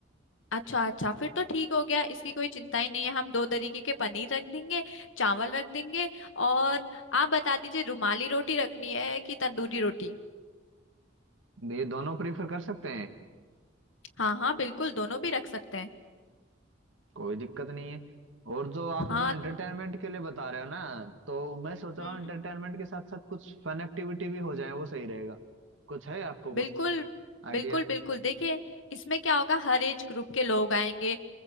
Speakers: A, on the left (about 80°); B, on the right (about 80°).
A: अच्छा अच्छा फिर तो ठीक हो गया इसकी कोई चिंता ही नहीं है हम दो तरीके के पनीर रख देंगे चावल रख देंगे और आप बता दीजिए रुमाली रोटी रखनी है कि तंदूरी रोटी
B: ये दोनों प्रीफर कर सकते हैं
A: हाँ हाँ बिल्कुल दोनों भी रख सकते हैं
B: कोई दिक्कत नहीं है और जो आप
A: हाँ
B: जो एंटरटेनमेंट के लिए बता रहे हो ना तो मैं सोच रहा
A: हम्म
B: हूँ एंटरटेनमेंट के साथ साथ कुछ फन एक्टिविटी भी हो जाए वो सही रहेगा कुछ है आपको
A: बिल्कुल
B: कुछ आइडिया
A: बिल्कुल बिल्कुल देखिए इसमें क्या होगा हर एज ग्रुप के लोग आएंगे